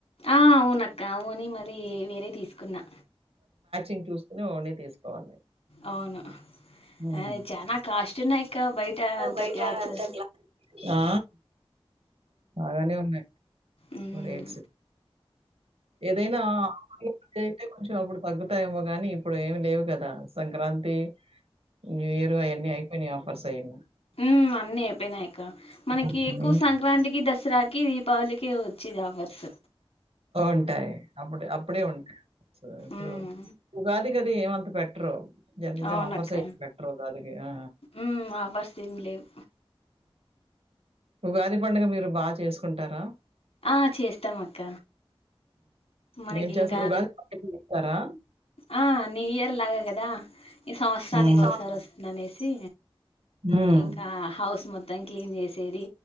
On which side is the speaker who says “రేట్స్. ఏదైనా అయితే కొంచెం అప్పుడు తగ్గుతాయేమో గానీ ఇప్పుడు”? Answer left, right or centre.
Right